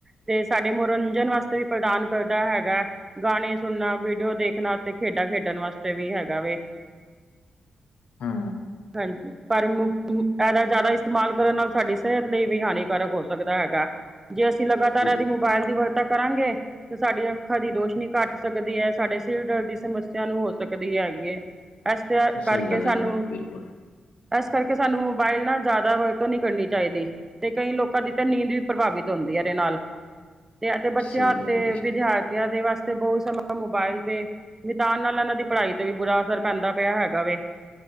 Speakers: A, on the right; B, on the left.
A: ਤੇ ਸਾਡੇ ਮਨੋਰੰਜਨ ਵਾਸਤੇ ਵੀ ਪ੍ਰਦਾਨ ਕਰਦਾ ਹੈਗਾ। ਗਾਣੇ ਸੁਣਨਾ, ਵੀਡੀਓ ਦੇਖਣਾ ਅਤੇ ਖੇਡਾਂ ਖੇਡਣ ਵਾਸਤੇ ਵੀ ਹੈਗਾ ਵੇ
B: ਹਾਂ।
A: ਹਾਂ ਪਰ ਇਹਦਾ ਜ਼ਿਆਦਾ ਇਸਤੇਮਾਲ ਕਰਨ ਨਾਲ ਸਾਡੀ ਸਿਹਤ ਲਈ ਵੀ ਹ ਕਾਰਕ ਹੋ ਸਕਦਾ ਹੈਗਾ। ਜੇ ਅਸੀਂ ਲਗਾਤਾਰ
B: ਬਿਲਕੁਲ
A: ਇਹਦੀ ਮੋਬਾਇਲ ਦੀ ਵਰਤੋਂ ਕਰਾਂਗੇ, ਤਾਂ ਸਾਡੀ ਅੱਖਾਂ ਦੀ ਰੋਸ਼ ਘੱਟ ਸਕਦੀ ਐ, ਸਾਡੇ ਸਿਰ ਦਰਦ ਦੀ ਸਮੱਸਿਆ ਸਾਨੂੰ ਹੋ ਸਕਦੀ ਹੈਗੀ ਏ। ਇਸ ਕਰਕੇ
B: ਸਹੀ ਗੱਲ
A: ਸਾਨੂੰ
B: ਹੈ ਜੀ ਬਿਲਕੁਲ
A: ਇਸ ਕਰਕੇ ਸਾਨੂੰ ਮੋਬਾਇਲ ਨਾਲ ਜ਼ਿਆਦਾ ਵਰਤੋਂ ਨਹੀਂ ਕਰਨੀ ਚਾਹੀਦੀ। ਤੇ ਕਈ ਲੋਕਾਂ ਦੀ ਤਾਂ ਨੀਂਦ ਵੀ ਪ੍ਰਭਾਵਿਤ ਹੁੰਦੀ ਐ, ਇਹਦੇ ਨਾਲ। ਤੇ ਅਤੇ ਬੱਚਿਆਂ
B: ਸਹੀ
A: ਅਤੇ
B: ਗੱਲ ਹੈ ਜੀ
A: ਵਿਦਿਆਰਥੀਆਂ ਦੇ ਵਾਸਤੇ ਬਹੁ ਸਮਾਂ ਮੋਬਾਇਲ ਤੇ ਨਿਤਾਨ ਨਾਲ ਇਹਨਾਂ ਦੀ ਪੜ੍ਹਾਈ ਤੇ ਵੀ ਬੁਰਾ ਅਸਰ ਪੈਂਦਾ ਪਿਆ ਹੈਗਾ ਵੇ।